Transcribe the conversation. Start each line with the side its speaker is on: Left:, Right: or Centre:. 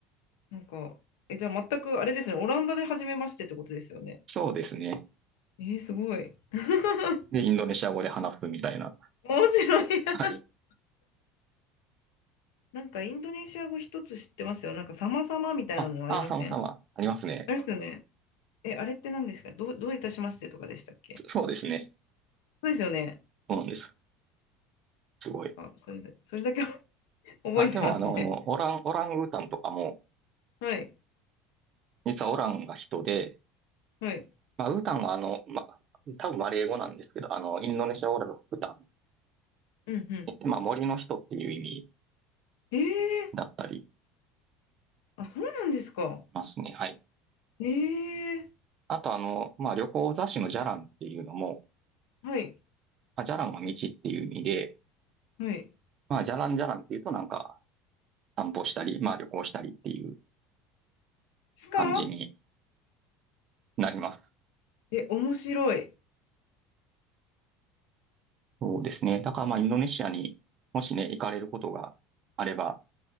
Left: なんか、え、じゃあ全くあれですね、オランダで初めましてってことですよね。
Right: そうですね。
Left: えー、すごい。<laughs>
Right: で、インドネシア語で話すみたいな。
Left: 面白いな。
Right: はい。
Left: <laughs> なんかインドネシア語一つ知ってますよ。なんか様々みたいなのありません
Right: あ、あ、様々ありますね。
Left: あれですよね。え、あれって何ですかどう、どういたしましてとかでしたっけ
Right: そそうですね。
Left: そうですよね。
Right: そうなんです。すごい。
Left: あ、それだ、それだけ <laughs> 覚えてますね。
Right: あ、でもあの、オラン、オランウータンとかも、
Left: はい。
Right: 実はオランが人で、
Left: はい。
Right: まあ、ウタンはあの、ま、多分マレー語なんですけど、あの、インドネシア語だとウタ
Left: うんうん。
Right: ン、まあ、森の人っていう意味
Left: えー、
Right: だったり
Left: あ、そうなんですか。
Right: ますね。はい。
Left: えー、
Right: あとあの、まあ、旅行雑誌のジャランっていうのも、
Left: はい。
Right: まあ、ジャランは道っていう意味で、
Left: はい。で
Right: まあ、ジャランジャランっていうとなんか散歩したり、まあ、旅行したりっていう
Left: すか
Right: 感じになります。
Left: え、面白い。
Right: そうですね。だからまあ、インドネシアにもしね、行かれることがあれば、